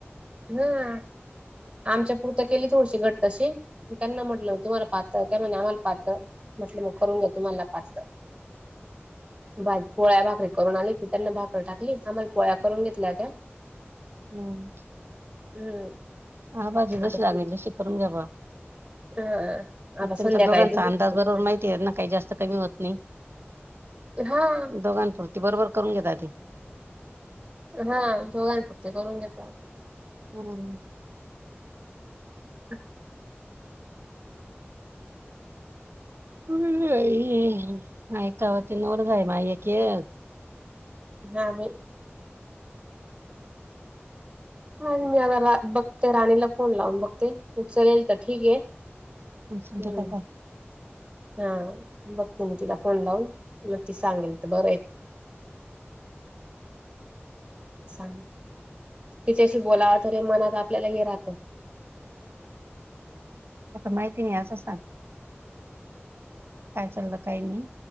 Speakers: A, on the right; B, on the right.
A: हम्. आमच्या पुरत केली थोडीशी घट तशी त्यांना म्हटलं तुम्हाला पाह त्या म्ह आम्हाला पहात. म्हटलं मग करून घेत तो मला पाचलं. बाज पोळ्या भाकरी करून आली ती त्यांना भाकरी टाकली. आांमला पोळ्या करून घेतल्या. त्या
B: हम्म.
A: हम्म.
B: हा भाजी
A: आता
B: जशी लागली. तशी करून घ्यावं.
A: हा
B: म
A: आता
B: त्यांच्या
A: संध्याकाळी
B: दोघांचा
A: दूध
B: अंदाज बरोबर माहिती. ना काही जास्त कमी होत नाही
A: हा
B: दोघांपुरती बरोबर करून घेत. आधी
A: हा दोघांपरती करून घेत.
B: हम.
A: <unintelligible>
B: हम् मायकावती नोड जाय मायक य.
A: हा मी अ मी आता बघते राणीला फोन लावून बघते. फूग लेल तर ठीक आहे हम्म.
B: तुमच्या काय काय
A: हा बघ त मी तिला फोन लावून नक्की सांगेल तर बरं आहे. सांग तिच्याशी बोलाव तरी मनात आपल्याला हे राहतं.
B: आता माहिती नाही असं सांग. काय चाललं काही नाही.